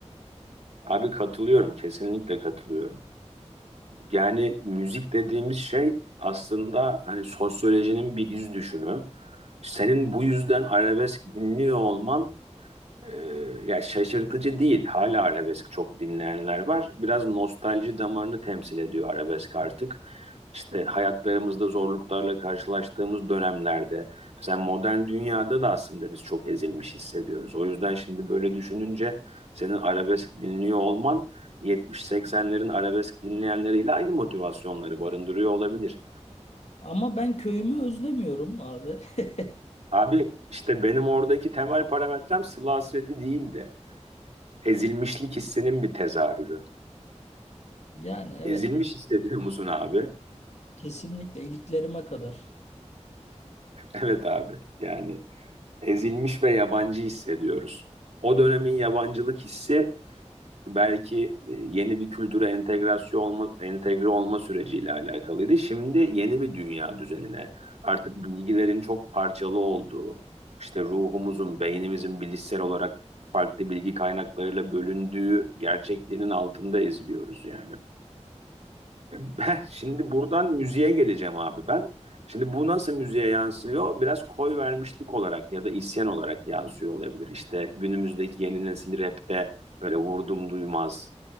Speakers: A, on the right; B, on the left.
A: Abi katılıyorum, kesinlikle katılıyorum. Yani müzik dediğimiz şey aslında hani sosyolojinin bir iz düşümü. Senin bu yüzden arabesk dinliyor olman ee, ya şaşırtıcı değil. Hala arabesk çok dinleyenler var. Biraz nostalji damarını temsil ediyor arabesk artık. İşte hayatlarımızda zorluklarla karşılaştığımız dönemlerde, mesela modern dünyada da aslında biz çok ezilmiş hissediyoruz. O yüzden şimdi böyle düşününce senin arabesk dinliyor olman 70-80'lerin arabesk dinleyenleriyle aynı motivasyonları barındırıyor olabilir.
B: Ama ben köyümü özlemiyorum abi. <laughs>
A: Abi işte benim oradaki temel parametrem Sıla Hasreti değil de ezilmişlik hissinin bir tezahürü.
B: Yani evet.
A: Ezilmiş hissediyor musun abi? <laughs>
B: Kesinlikle iliklerime kadar.
A: Evet abi. Yani ezilmiş ve yabancı hissediyoruz. O dönemin yabancılık hissi belki e, yeni bir kültüre entegrasyon olma, entegre olma süreciyle alakalıydı. Şimdi yeni bir dünya düzenine artık bilgilerin çok parçalı olduğu, işte ruhumuzun, beynimizin bilişsel olarak farklı bilgi kaynaklarıyla bölündüğü gerçekliğinin altında eziliyoruz yani. Ben şimdi buradan müziğe geleceğim abi ben. Şimdi bu nasıl müziğe yansıyor? Biraz koy vermişlik olarak ya da isyan olarak yansıyor olabilir. İşte günümüzdeki yeni nesil rapte böyle vurdum duymaz